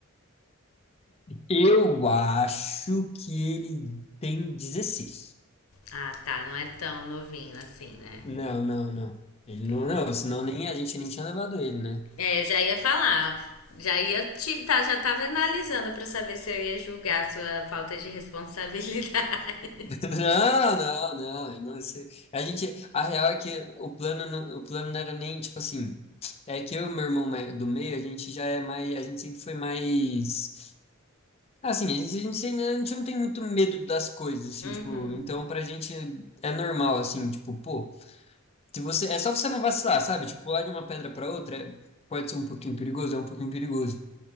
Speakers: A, on the left; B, on the left.
A: Eu acho que ele tem 16.
B: Ah, tá, não é tão novinho assim, né?
A: Não, não, não. Ele
B: Tem-
A: não, não, senão nem a gente nem tinha levado ele, né?
B: É, eu já ia falar. Já ia te, tá, já tava analisando pra saber se eu ia julgar a sua falta de responsabilidade.
A: <laughs> Não, não, não. ele não- esse- a gente, a real é que o plano, não- o plano não era nem tipo assim. É que eu e meu irmão mai- do meio, a gente já é mais, a gente sempre foi mais assim, a gente, a gente, sempre- a gente não tem muito medo das coisas, assim,
B: <laughs> Uhum.
A: tipo, então pra gente é normal, assim, tipo, pô. Se você, é só você não vacilar, sabe? Tipo, pular de uma pedra para outra é- pode ser um pouquinho perigoso, é um pouquinho perigoso.